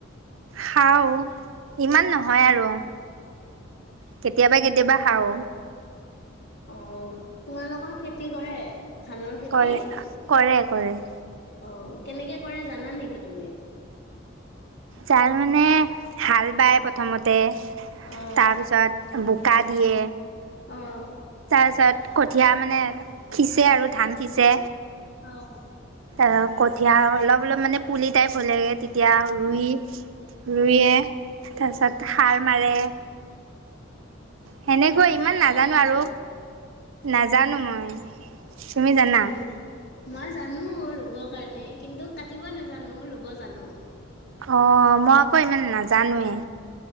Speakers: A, on the right; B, on the left.
A: হাও ইমান নহয় আৰু কেতিয়াবা কেতিয়াবা খাও
B: অ তোমালোকৰ খেতি কৰে ধানৰ খেতি?
A: কৰে কৰে কৰে
B: অ কেনেকে কৰে জানা নেকি তুমি
A: জাল মানে হাল বায় প্ৰথমতে
B: অ'
A: তাৰপিছত ব কা দিয়ে
B: অ' অ'
A: তাৰপিছত কঠিয়া মানে সিঁচে আৰু ধান সিঁচে
B: উম,
A: তাৰ কঠীয়া অলপ অলপ মানে পুলি টাইপ হ'লেগে তেতিয়া ৰুই ৰুইয়ে তাৰপিছত সাৰ মাৰে। সেনেকৈ
B: তুমি ৰুব
A: ইমান
B: জানা
A: নাজানো
B: নে নাজানা?
A: আৰু। নাজানো মই, তুমি জানা?
B: উম, মই জানো ৰুব কাৰণে, কিন্তু কাটিব নাজানো ৰুব জানো।
A: অ', মই আকৌ ইমান নাজানোৱে।